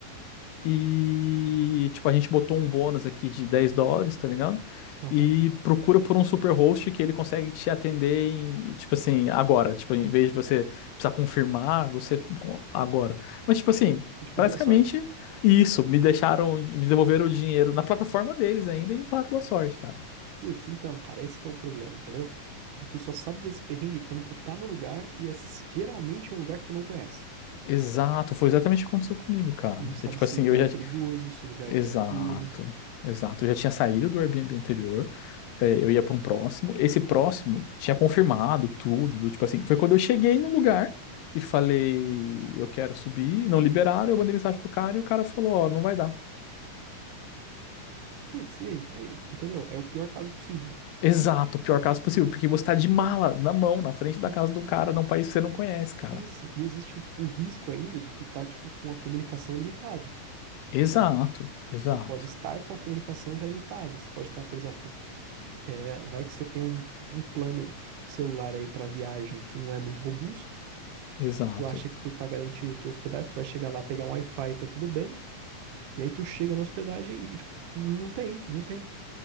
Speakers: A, on the left; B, on the right.
A: E, tipo, a gente botou um bônus aqui de 10 dólares, tá ligado?
B: aham.
A: E procura por um super host que ele consegue te atender, em, tipo assim, agora. Tipo, em vez de você precisar confirmar, você co- agora. Mas, tipo assim,
B: Eu fui tipo,
A: basicamente
B: boa sorte.
A: isso. Me deixaram, me devolveram o dinheiro na plataforma deles ainda e me falaram boa sorte, cara.
B: Putz, então, cara, esse que é o problema, entendeu? E tu só sabe desse perrengue quando tu tá no lugar e é s- geralmente um lugar que tu não conhece.
A: Exato, foi exatamente o que aconteceu comigo, cara.
B: Tu não sabe
A: É tipo
B: se
A: assim,
B: o lugar
A: eu já.
B: é perigoso, se o lugar
A: Exato,
B: é tranquilo.
A: exato. Eu já tinha saído do Airbnb anterior. é, eu ia pra um próximo. Esse próximo tinha confirmado tudo, do tipo assim. Foi quando eu cheguei no lugar e falei, eu quero subir, não liberaram, eu mandei mensagem pro cara e o cara falou, ó, não vai dar.
B: Putz, e aí? E aí, entendeu? É o pior caso possível,
A: Exato, o pior
B: entendeu?
A: caso possível, porque você tá de mala na mão, na frente da
B: Não,
A: casa do cara,
B: cara,
A: num país que você não conhece, cara.
B: isso. E existe o, o risco ainda de tu tá, tipo, com a comunicação limitada,
A: Exato,
B: né?
A: exato,
B: Tu pode estar com a comunicação já limitada. Você pode estar, por exemplo, é, vai que você tem um, um plano de celular aí pra viagem que não é muito robusto.
A: exato.
B: tu acha que tu tá garantido tua hospedagem, tu vai chegar lá, pegar um Wi-Fi, tá tudo bem. E aí tu chega na hospedagem e, tipo, não tem, não tem.